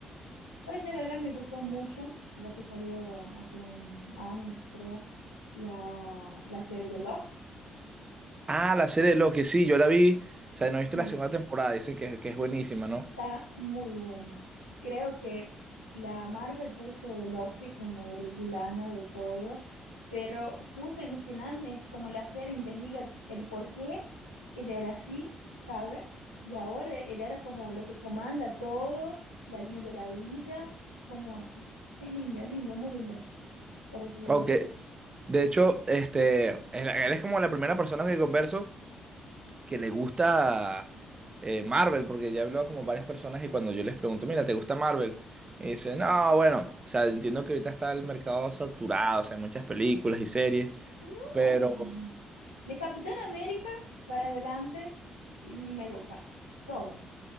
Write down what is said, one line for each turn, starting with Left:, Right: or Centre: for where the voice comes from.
Left: Parece verdad, me gustó mucho la que salió hace un año, creo, la, la serie de Loki.
Right: Ah, la serie de Loki, sí, yo la vi. O sea, no he visto
Left: Sí,
Right: la segunda temporada, dicen que, que es buenísima, ¿no?
Left: Está muy buena. Creo que la Marvel puso Loki como el villano de todo, pero puso en el final es como la serie interliga el por qué él era así, ¿sabe? Y ahora él era como lo que comanda todo, la línea de la vida, como es linda, es linda, es muy linda, parece de verdad
Right: Ok. De hecho, este, eres como la primera persona que converso que le gusta eh, Marvel, porque ya he hablado como varias personas y cuando yo les pregunto, mira, ¿te gusta Marvel? Me dicen, no, bueno, o sea, entiendo que ahorita está el mercado saturado, o sea, hay muchas películas y series,
Left: No.
Right: pero,
Left: De Capitán América para adelante, me gusta. Todas.